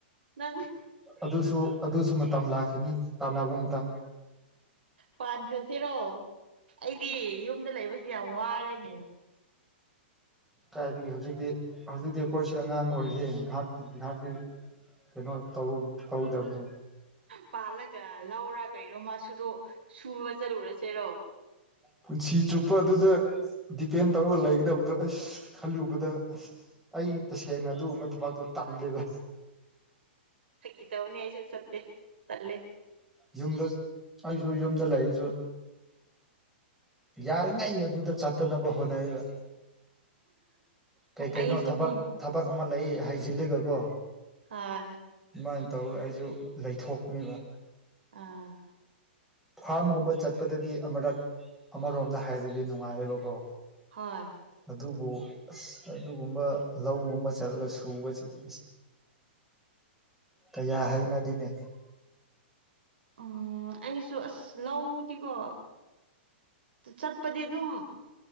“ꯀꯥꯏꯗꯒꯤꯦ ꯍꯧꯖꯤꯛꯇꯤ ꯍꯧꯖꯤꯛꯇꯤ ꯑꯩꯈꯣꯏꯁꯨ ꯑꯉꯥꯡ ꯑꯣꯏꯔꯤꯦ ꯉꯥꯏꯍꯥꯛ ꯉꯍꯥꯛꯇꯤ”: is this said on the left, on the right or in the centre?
Centre